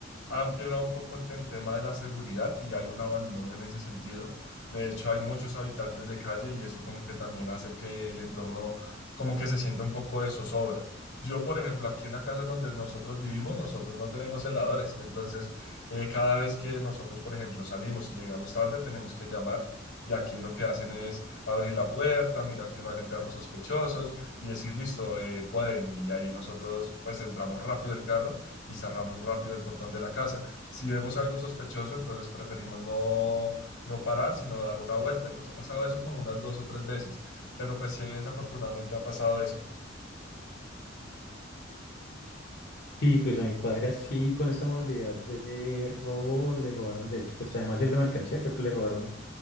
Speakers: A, on the left; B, on the left.
A: han empeorado un poco en el tema de la seguridad y hay un abandono en ese sentido. De hecho, hay muchos habitantes de calle y eso como que también hace que el entorno como que se sienta un poco de zozobra. Yo, por ejemplo, aquí en la casa en donde nosotros vivimos, nosotros no tenemos heladores. Entonces, eh, cada vez que nosotros, por ejemplo, salimos y llegamos tarde, tenemos que llamar y aquí lo que hacen es abrir la puerta, mirar que no hayan carros sospechosos y decir, listo, eh, pueden. Y ahí nosotros pues entramos rápido el carro y cerramos rápido el portón de la casa. Si vemos algo sospechoso, entonces preferimos no, no parar, sino dar una vuelta. Y nos ha pasado eso como unas dos o tres veces. Pero pues sí, desafortunadamente ha pasado eso.
B: Sí, pues a mi padre así, con esa modalidad de robo, le robaron, de hecho, pues además de la mercancía, creo que le robaron